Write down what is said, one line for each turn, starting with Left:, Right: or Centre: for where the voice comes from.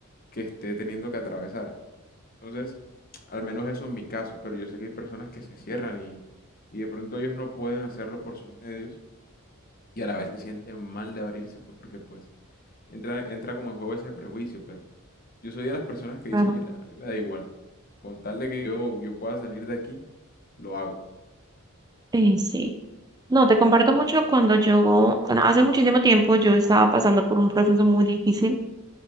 Left: que esté teniendo que atravesar. Entonces, al menos eso es mi caso, pero yo sé que hay personas que se cierran y, y de pronto ellos no pueden hacerlo por sus medios y a la vez se sienten mal de abrirse porque pues entra, entra como en juego ese prejuicio, pero yo soy de las personas que dice
Right: claro.
Left: mira, a mí me da igual, con tal de que yo, yo pueda salir de aquí, lo hago.
Right: Sí, sí. No, te comparto mucho cuando yo, cuando hace muchísimo tiempo yo estaba pasando por un proceso muy difícil